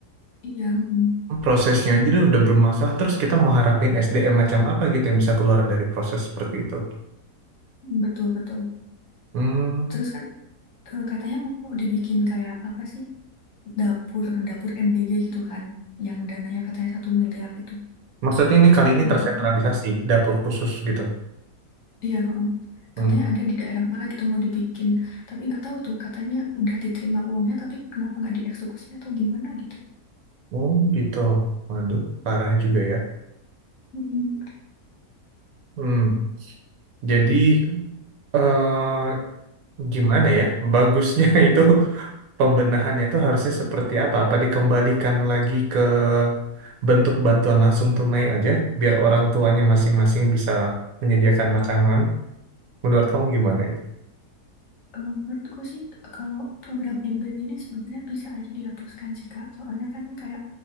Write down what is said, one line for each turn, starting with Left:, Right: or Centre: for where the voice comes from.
Left: iya mm.
Right: prosesnya aja udah bermasalah terus kita mau harapin SDM macam apa gitu yang bisa keluar dari proses seperti itu
Left: Betul, betul.
Right: hmm.
Left: Terus kan eh, katanya mau dibikin kayak apa sih? Dapur, dapur MBG gitu kan. Yang dananya katanya satu miliar itu.
Right: maksudnya ini kali ini
Left: Iya,
Right: tersentralisasi
Left: benar, Pak.
Right: dapur khusus gitu
Left: Iya, heeh.
Right: Hmm.
Left: Katanya ada di daerah mana gitu mau dibikin. Tapi nggak tahu tuh katanya udah diterima uangnya tapi kenapa nggak dieksekusi atau gimana gitu.
Right: Oh gitu. Waduh, parah juga ya.
Left: Mm-mm.
Right: Hmm. Jadi eh gimana ya? Bagusnya <laughs> itu pembenahannya itu harusnya seperti apa? Apa dikembalikan lagi ke bentuk bantuan langsung tunai aja, biar orang tuanya masing-masing bisa menyediakan makanan. Menurut kamu gimana itu?
Left: Eh, menurut gue sih kalau program MBG ini sebenarnya bisa aja dihapuskan sih Kak. Soalnya kan kayak